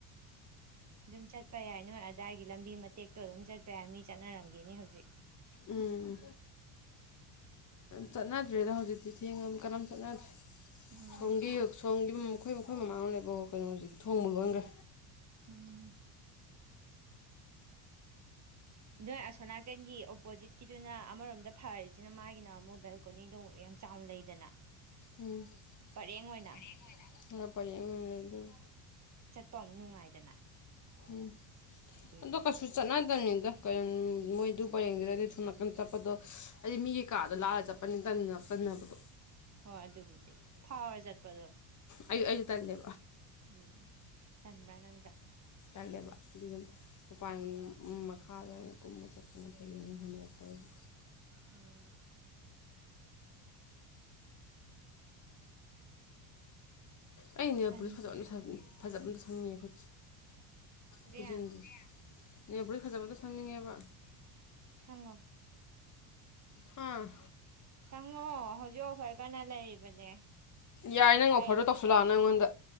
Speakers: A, on the right (about 35°); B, on the left (about 35°).
A: ꯑꯗꯨꯝ ꯆꯠꯄ ꯌꯥꯏ ꯅꯣꯏ ꯑꯗꯥꯏꯒꯤ ꯂꯝꯕꯤ ꯃꯇꯦꯛꯇꯣ ꯑꯗꯨꯝ ꯆꯠꯄ ꯌꯥꯏ ꯃꯤ ꯆꯠꯅꯔꯝꯒꯦꯅꯤ ꯍꯧꯖꯤꯛ
B: ꯎꯝ ꯆꯠꯅꯗ꯭ꯔꯦꯗ ꯍꯧꯖꯤꯛꯇꯤ ꯊꯦꯡꯉ ꯃꯤꯅꯥ ꯀꯥꯅꯥꯝ ꯠꯅꯗ꯭ꯔꯦ
A: ꯎꯝ
B: ꯁꯣꯝꯒꯤ ꯁꯣꯝꯒꯤ ꯑꯩꯈꯣꯏ ꯃꯈꯣꯏ ꯃꯥꯡꯅ ꯂꯩ ꯑꯣ ꯀꯩꯅꯣ ꯍꯧꯖꯤꯛ ꯊꯣꯡꯕ ꯂꯣꯏꯈ꯭ꯔꯦ
A: ꯎꯝ ꯅꯣꯏ ꯑꯁꯣꯅꯥꯀꯟꯒꯤ ꯑꯣꯄꯣꯖꯤꯠꯀꯤꯗꯨꯅ ꯑꯃꯔꯣꯝꯗ ꯐꯔꯤꯁꯤꯅ ꯃꯥꯒꯤꯅ ꯃꯣꯕꯦꯜ ꯀꯣꯅꯤꯗꯣ ꯌꯥꯝ ꯆꯥꯎꯅ ꯂꯩꯗꯅ
B: ꯎꯝ
A: ꯄꯔꯦꯡ ꯑꯣꯏꯅ
B: ꯄꯔꯦꯡ ꯑꯣꯏꯅ ꯂꯩꯗꯣꯏ
A: ꯄꯥꯎ ꯅꯨꯡꯉꯥꯏꯗꯅ
B: ꯎꯝ
A: ꯑꯗꯨꯒꯤ
B: ꯑꯗꯨꯗ
A: ꯋꯥꯅꯤ
B: ꯀꯁꯨꯁꯨ ꯆꯠꯅꯥꯗꯅꯤ ꯀꯩꯅꯣ ꯃꯣꯏꯗꯨ ꯄꯔꯦꯡꯗꯨꯗꯗꯤ ꯁꯨꯝ ꯅꯥꯀꯟ ꯆꯠꯄꯗꯣ ꯍꯥꯏꯗꯤ ꯃꯤꯒꯤꯩ ꯀꯥꯗꯣ ꯂꯥꯂꯒ ꯆꯠꯄꯅꯤ ꯇꯟꯅꯕꯗꯣ
A: ꯍꯣꯏ ꯑꯗꯨꯕꯨꯗꯤ ꯐꯥꯎꯔ ꯆꯠꯄꯗꯣ
B: ꯑꯩꯌꯨ ꯑꯩꯌꯨ ꯇꯜꯂꯦ
A: ꯎꯝ ꯇꯟꯕ꯭ꯔꯥ ꯅꯪꯖꯨ
B: ꯈꯜꯂꯦꯕ ꯑꯗꯨ ꯑꯗꯨꯝ ꯃꯄꯥꯟ ꯃꯈꯥꯗ ꯑꯣꯏꯅ ꯀꯨꯝꯃ ꯆꯠꯄꯅ ꯐꯩꯌꯦꯅ ꯈꯝꯕꯤꯔꯛꯇꯧꯋꯕ
A: ꯑꯝ
B: ꯑꯩꯅꯦ
A: ꯇꯟꯅꯦ
B: ꯄꯨꯂꯤꯁ ꯐꯖꯕꯛꯅꯤ ꯐꯖꯕ ꯑꯃꯅꯤꯅꯤ ꯀ
A: ꯔꯤꯌꯥ
B: ꯈꯨꯖꯟꯗꯤ ꯌꯥꯕꯔ ꯐꯖꯕ ꯑꯗꯨꯣ ꯊꯪꯅꯤꯡꯉꯦꯕ
A: ꯈꯉꯣ
B: ꯍꯥꯥ
A: ꯁꯉꯣ ꯍꯧꯖꯤꯛꯣ ꯐꯥꯏ ꯀꯟꯅ ꯂꯩꯔꯤꯕꯅꯦ
B: ꯌꯥꯏ
A: ꯂꯨꯄꯥ
B: ꯅꯪ ꯑꯣꯐꯔꯗꯣ
A: ꯑꯠꯇꯤꯗ
B: ꯇꯧꯁꯤꯜꯂꯛꯑꯅꯨ ꯑꯩꯉꯣꯟꯗ